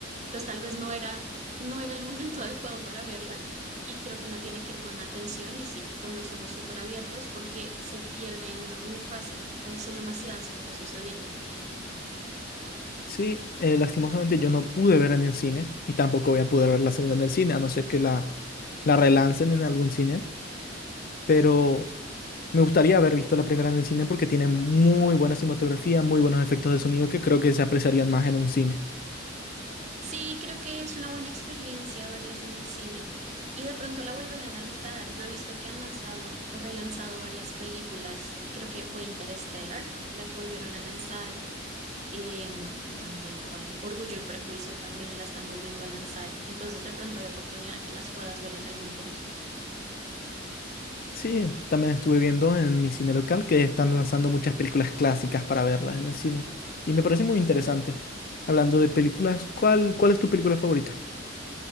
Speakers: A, on the right (about 35°); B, on the left (about 50°).
A: Entonces tal vez no era, no era el momento <laughs> adecuado para verla y creo que uno tiene que ir con atención y sí, con los ojos súper abiertos porque se pierde uno muy fácil. Ahí son demasiadas cosas sucediendo.
B: Sí, eh, lastimosamente yo no pude ver en el cine y tampoco voy a poder ver la segunda en el cine, a no ser que la, la relancen en algún cine, pero me gustaría haber visto la primera en el cine porque tiene muy buena cinematografía, muy buenos efectos de sonido que creo que se apreciarían más en un cine.
A: Sí, creo que es una buena experiencia verlas en el cine y de pronto la vuelven a lanzar. Yo he visto que han lanzado o relanzado varias películas. Creo que fue Interstellar la que volvieron a lanzar. Em, también cuál, Orgullo y Prejuicio también la están volviendo a lanzar. Entonces de pronto hay oportunidad de que las puedas ver en algún punto.
B: Sí, también estuve viendo en mi cine local que están lanzando muchas películas clásicas para verlas en el cine y me parece muy interesante. Hablando de películas, ¿cuál, cuál es tu película favorita?